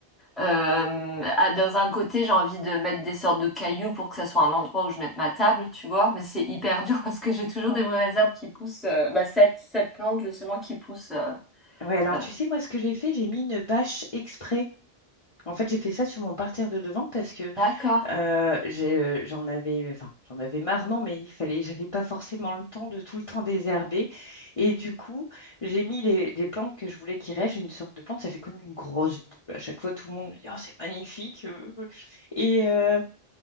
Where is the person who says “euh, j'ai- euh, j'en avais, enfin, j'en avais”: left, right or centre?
Left